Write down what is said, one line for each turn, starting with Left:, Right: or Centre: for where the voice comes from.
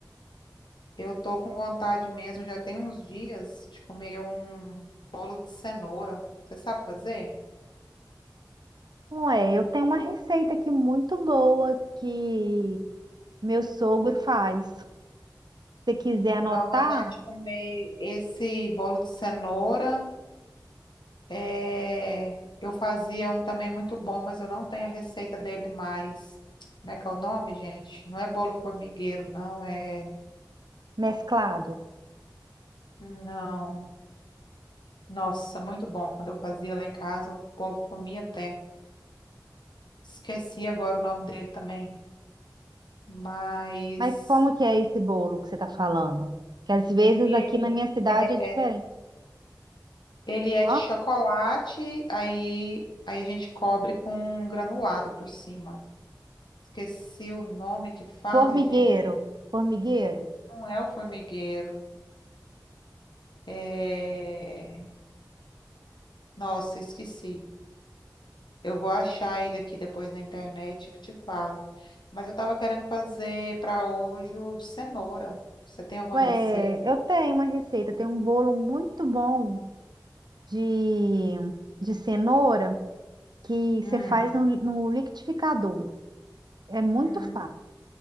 Left: eu tô com vontade mesmo, já tem uns dias de comer um bolo de cenoura. Você sabe fazer?
Right: Ué, eu tenho uma receita aqui muito boa que meu sogro faz. Se você quiser anotar,
Left: Deu uma vontade de comer esse bolo de cenoura. É, eu fazia um também muito bom, mas eu não tenho a receita dele mais. Como é que é o nome, gente? Não é bolo formigueiro, não é.
Right: mesclado.
Left: Não. Nossa, muito bom. Quando eu fazia lá em casa, o povo comia até. Esqueci agora o nome dele também. Mas
Right: Mas como que é esse bolo que você tá falando? Que às vezes aqui
Left: e-
Right: na minha cidade
Left: é,
Right: é diferente.
Left: ele é
Right: Ó,
Left: de chocolate, aí, aí a gente cobre com granulado por cima. Esqueci o nome que fala,
Right: formigueiro,
Left: gente.
Right: formigueiro.
Left: Não é o formigueiro. É... Nossa, esqueci. Eu vou achar ele aqui depois na internet que te falo. Mas eu estava querendo fazer para hoje o de cenoura. Você tem alguma
Right: Ué,
Left: receita?
Right: eu tenho uma receita, tem um bolo muito bom de, de cenoura que
Left: Hum,
Right: você faz no, no liquidificador. É muito
Left: hum,
Right: fácil.